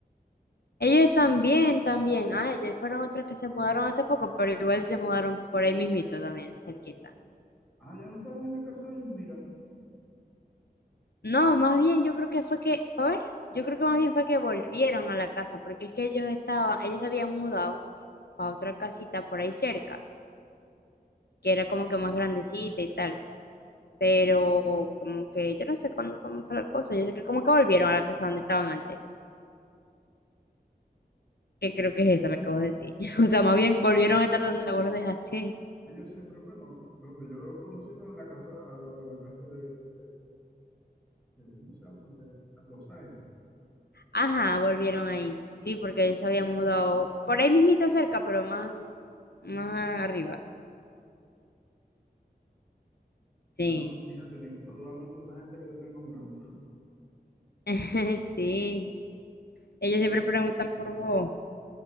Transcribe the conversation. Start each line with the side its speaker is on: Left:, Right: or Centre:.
Left: Ellos también, también. Ah, ellos fueron otros que se mudaron hace poco, pero igual se mudaron por ahí mismito también, cerquita.
Centre: Ah, ya no están en la casa de Yusmira.
Left: No, más bien yo creo que fue que, a ver, yo creo que más bien fue que volvieron a la casa, porque es que ellos estaban, ellos se habían mudado para otra casita por ahí cerca. que era como que más grandecita y tal, pero como que yo no sé cuándo, cómo fue la cosa, yo sé que como que volvieron a la casa donde estaban antes, que creo que es esa la que vos decís, <laughs> o sea, más bien volvieron a estar donde vos los dejaste.
Centre: Ellos siempre, bueno, donde yo los he conocido en la casa, a la de la casa de, de- ¿cómo se llama? De Sa- los Sáenz.
Left: Ajá, volvieron ahí, sí, porque ellos se habían mudado por ahí mismito cerca, pero más, más arriba, sí,
Centre: Bueno, mira, tenés que saludarme a toda esa gente que te estoy nombrando.
Left: <laughs> sí, ellos siempre preguntan por vos,